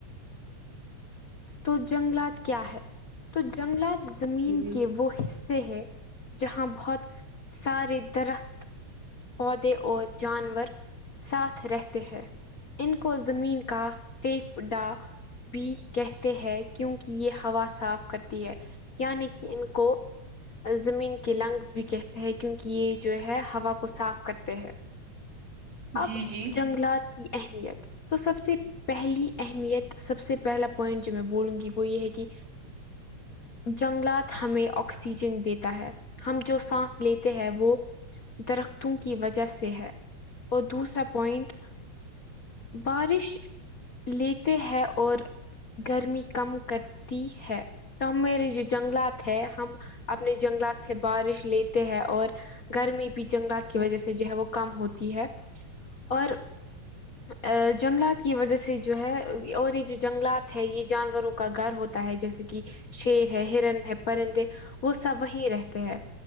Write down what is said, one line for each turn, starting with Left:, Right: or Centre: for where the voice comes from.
Left: تو جنگلات کیا ہے تو جنگلات زمین
Right: جی
Left: کے وہ حصے سے ہے جہاں بہت سارے درخت پودے اور جانور ساتھ رہتے ہیں ان کو زمین کا فھیفڈا بھی کہتے ہیں کیونکہ یہ ہوا صاف کرتی ہے یعنی کہ ان کو زمین کے لنگس بھی کہتے ہیں کیونکہ یہ جو ہے ہوا کو صاف کرتے ہے اب
Right: جی جی
Left: جنگلات کی اہمیت تو سب سے پہلی اہمیت سب سے پہلا پوائنٹ جو میں بولوں گی وہ یہ ہے کہ جنگلات ہمیں آکسیجن دیتا ہے ہم جو سانس لیتے ہیں وہ درختوں کی وجہ سے ہے اور دوسرا پوائنٹ بارش لیتے ہیں اور گرمی کم کرتی ہے تو ہمارے جو جنگلات ہے ہم اپنے جنگلات سے بارش لیتے ہیں اور گرمی بھی جنگلات کی وجہ سے جو ہے وہ کم ہوتی ہے اور آجنگلات کی وجہ سے جو ہے اور یہ جو جنگلات ہے یہ جانوروں کا گھر ہوتا تہے جیسے کہ شیر ہے ہرن ہے پرندے وہ سب وہیں رہتے ہیں